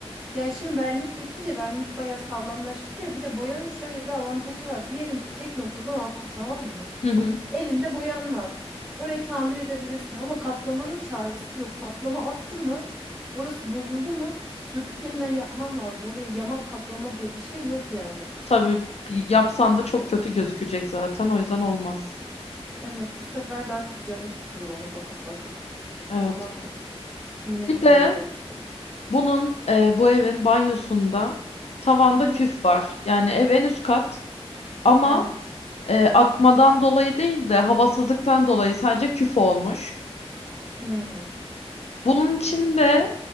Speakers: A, in the centre; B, on the left (about 80°).
A: Ya şimdi vernik geçince vernik bayağı sağlamlaştırıyor. Bir de boyanın şöyle bir avantajı var. Diyelim ki tek noktadan attı tamam mı?
B: Hı hı.
A: Elinde boyan var. Orayı tamir edebilirsin ama kaplamanın çaresi yok. Kaplama attı mı? Orası bozuldu mu? Söküp yeniden yapman lazım. Oraya yama kaplama diye bir şey yok yani.
B: Tabii yapsan da çok kötü gözükecek zaten o yüzden olmaz.
A: Evet, bu sefer daha çok canın sıkılır ona bakıp bakıp.
B: Evet.
A: Aman niye
B: Bir
A: bunu
B: de
A: böyle yaptım?
B: bunun e, bu evin banyosunda tavanda
A: Hı hı.
B: küf var. Yani ev en üst kat ama
A: Evet.
B: e, akmadan dolayı değil de havasızlıktan dolayı sadece küf olmuş.
A: Hmm,
B: Bunun
A: anladım.
B: için de